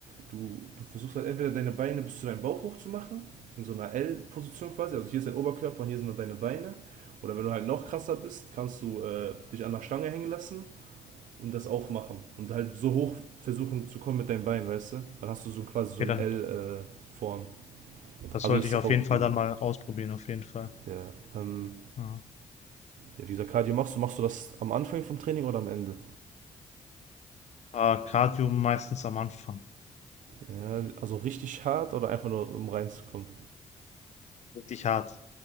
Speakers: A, on the right; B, on the left.
A: du, du versuchst halt entweder deine Beine bis zu deinem Bauch hoch zu machen, in so einer L-Position quasi. Also hier ist dein Oberkörper und hier sind dann deine Beine. Oder wenn du halt noch krasser bist, kannst du äh, dich an der Stange hängen lassen und das auch machen. Und halt so hoch versuchen zu kommen mit deinen Beinen, weißt du? Dann hast du so quasi so
B: Okay,
A: eine
B: dann,
A: L-Form. Äh,
B: das
A: also
B: sollte
A: ist
B: ich auf
A: auch
B: jeden Fall
A: sehr
B: dann
A: gut.
B: mal ausprobieren, auf jeden Fall.
A: Ja, ähm,
B: Ja.
A: ja, wie gesagt, Cardio machst du, machst du das am Anfang vom Training oder am Ende?
B: Aber Cardio meistens am Anfang.
A: Ja, also richtig hart oder einfach nur um reinzukommen?
B: Richtig hart.